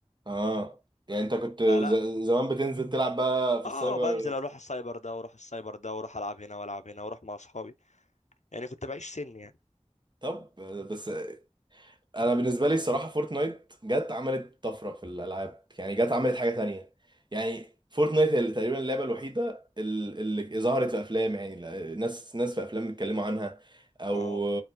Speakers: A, on the right (about 40°); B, on the left (about 85°).
A: اه يعني انت كنت ز-
B: فلا
A: زمان بتنزل تلعب بقى في
B: اه
A: السايبر
B: بنزل اروح السايبر ده واروح السايبر ده واروح العب هنا والعب هنا واروح مع اصحابي يعني كنت بعيش سن يعني
A: طب بس انا بالنسبه لي الصراحه فورتنايت جت عملت طفره في الالعاب يعني جت عملت حاجه تانية يعني فورتنايت هي تقريبا اللعبه الوحيده ال- اللي ظهرت في افلام يعني لا- ناس ناس في افلام بيتكلموا عنها او
B: ما هو